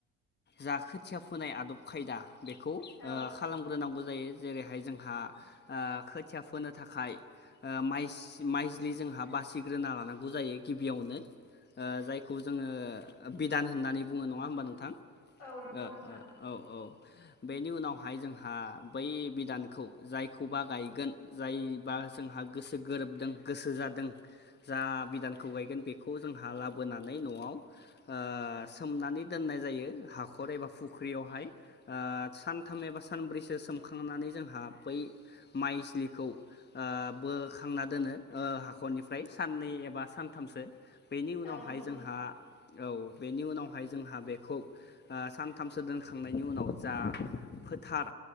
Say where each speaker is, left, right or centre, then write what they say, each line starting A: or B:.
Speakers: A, on the left (about 25°); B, on the left (about 85°).
A: जा खोथिया फोनाय आदब खायदा बेखौ ओ
B: औ
A: खालामग्रोनांगौ जायो जेरैहाय जोंहा ओ खोथिया फोनो थाखाय माइ माइजलि जोंहा बासिग्रोना लानांगौ जायो गिबियावनो ओ जायखौ जोङो बिधान होननानै बुङो नङा होमबा नोंथां
B: औ नंगौ
A: ओ
B: नोंथां
A: ओ औ औ बेनि उनावहाय जोंहा बै बिदानखौ जायखौबा गायगोन जायबा जोंहा गोसो गोरोबदों गोसो जादों जा बिधानखौ गायगोन बेखौ जोंहा लाबोनानै नआव ओ सोमनानै दोननाय जायो हाख खर एबा फुख्रियावहाय ओ सानथाम एबा सानब्रैसो सोमखांनानै जोंहा बै माइस्लिखौ ओ बोखांना ओ दोनो हाखरनिफ्राय साननै एबा सानथामसो बेनि उनावहाय
B: औ नंगौ
A: जोंहा
B: नोंथां
A: औ बेनि उनावहाय जोंहा बेखौ ओ सानथामसो दोनखांनायनि उनाव जा फोथार